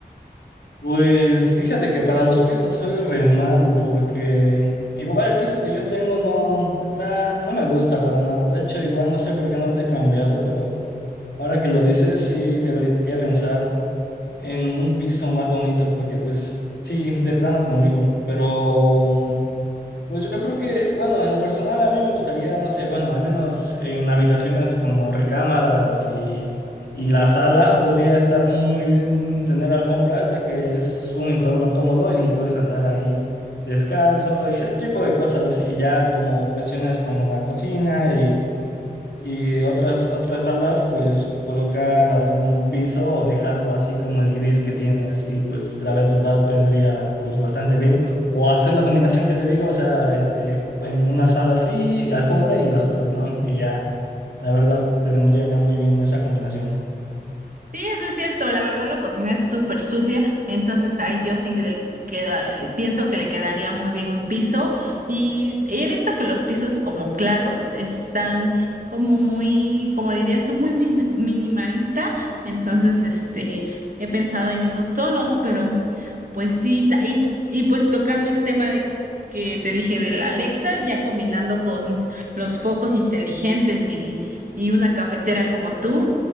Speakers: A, on the left; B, on the right.
A: Pues fíjate que para los pisos soy re malo porque igual el piso que yo tengo no está, no me gusta para nada. De hecho, igual no sé por qué no lo he cambiado, pero ahora que lo dices, sí debería pensar en un piso más bonito porque pues sí, de plano conmigo. Pero mm, pues yo creo que, bueno, en lo personal a mí me gustaría, no sé, bueno, al menos en habitaciones como recámaras y, y la sala podría estar muy bien tener alfombras, ya que es un entorno cómodo y puedes andar ahí descalzo y ese tipo de cosas. Y ya como cuestiones como la cocina y otras, otras salas, pues colocar algún piso o dejarlo así como el gris que tienes y pues la verdad vendría pues bastante bien. O hacer la combinación que te digo, o sea, este, en una sala sí, alfombra y en las otras no. Y ya, la verdad te vendría muy bien esa combinación.
B: Sí, eso es cierto. La verdad, la cocina es súper sucia, entonces ahí yo sí le queda, eh, pienso que le quedaría muy bien un piso. Y he visto que los pisos como claros están como muy, como dirías tú, muy min- minimalista. Entonces, este, he pensado en esos tonos, pero pues sí, ta- y, y pues tocando el tema de que te dije de la Alexa, ya combinando con los focos inteligentes y, y una cafetera como tú